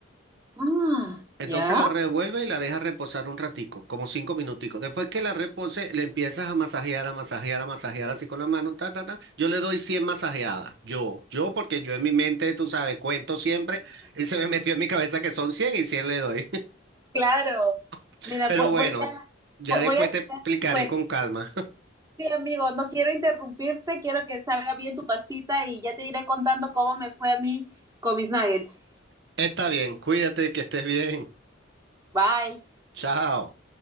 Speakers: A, on the right (about 20°); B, on the right (about 60°).
A: Ah,
B: Entonces
A: ya.
B: la revuelve y la deja reposar un ratico, como cinco minuticos. Después que la repose, le empiezas a masajear, a masajear, a masajear así con la mano, ta, ta, ta. Yo le doy 100 masajeadas. Yo, yo, porque yo en mi mente, tú sabes, cuento siempre y se me metió en mi cabeza que son 100 y 100 le doy.
A: Claro.
B: <laughs>
A: Mira,
B: Pero
A: voy,
B: bueno,
A: voy a,
B: ya
A: voy
B: después
A: voy a
B: te explicaré
A: tenerlo en cuenta.
B: con calma.
A: Sí, amigo, no quiero interrumpirte, quiero que salga bien tu pastita y ya te iré contando cómo me fue a mí con mis nuggets.
B: <laughs> Está bien, cuídate, que estés bien.
A: Bye.
B: Chao.